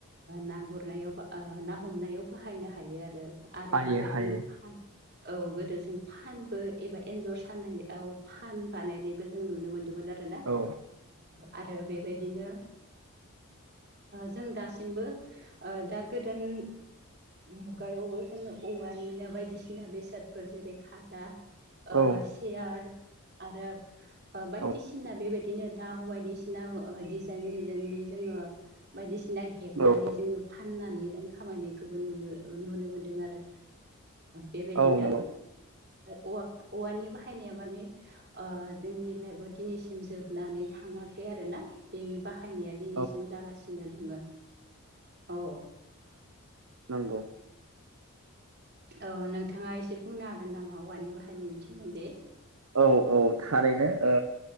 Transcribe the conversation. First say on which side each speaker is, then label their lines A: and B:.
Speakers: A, on the right; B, on the right.
A: ना गुरनायाव ना गुरनायाव नाहमनायाव बाहायनो हायो आरो आरो
B: हायो
A: बेबायदिनो
B: हायो
A: फा औ गोदो जों फानबो एबा एन्जर सानायाव फान बानायनायबो जों नुनो मोनदोंमोन आरोना
B: औ
A: आरो बेबायदिनो जों दासिमबो ओ दा गोदान मुगायावबो जोङो औवानि ना बायदिसिना बेसादफोर जेरै खादा
B: औ
A: सियार आरो बायदिसिना
B: औ
A: बेबायदिनो दाउ बायदिसिना डिजाइन डिजाइननि जोङो बायदिसिना हेबनानै
B: औ
A: जोङो फाननानै रां खामायनायखौबो नुनो नुनो मोनदों आरो बेबायदिनो
B: औ नंगौ
A: औवा औवानि बाहायनाया माने जोंनि लाइफआव दिनैसिम जोबनानै थाङाखै आरोना बेनि बाहायनाया दिनैसिम
B: औ
A: जागासिनो दङ औ
B: नंगौ
A: अ नोंथाङा एसे बुंनो हागोन नामा औवानि बाहायनायनि सोमोन्दै
B: औ औ थारैनो ओ